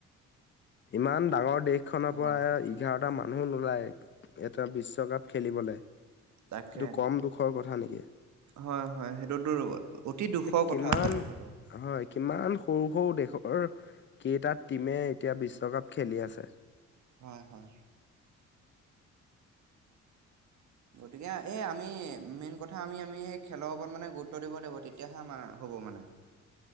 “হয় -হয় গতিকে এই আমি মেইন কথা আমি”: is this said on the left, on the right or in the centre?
Right